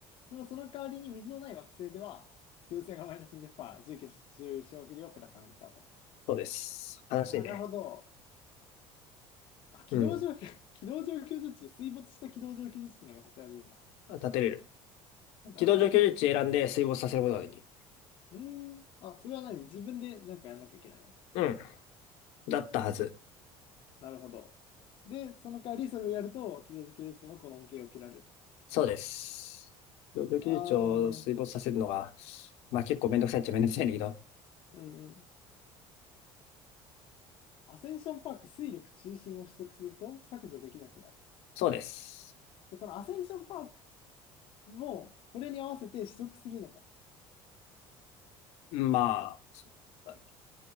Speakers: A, on the left (about 50°); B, on the left (about 70°).
A: でもその代わりに水のない惑星では、居住性がマイナス20%、住居消費量プラス30%と。
B: そうです。悲しいね。
A: なるほど。あ、軌道上、
B: うん。
A: <laughs> 軌道上居住地、水没した軌道上居住地っていうのが建てられるんだ。
B: 立てれる。
A: なるほど。
B: 軌道上居住地選んで水没させることができる。
A: うーん。あ、それは何自分でなんかやんなきゃいけないの
B: うん。だったはず。
A: なるほど。で、その代わりそれをやると、軌道上居住地でもこの恩恵を受けられると。
B: そうです。軌道上居住地を水没させるのが、
A: ああ、
B: まあ結構めんどくさいっちゃめんどくさいんだけど。
A: うんうん。アセンションパーク、水力中心を取得すると削除できなくなる。
B: そうです。
A: で、このアセンションパークも、これに合わせて取得するのか。
B: まあ、そうだね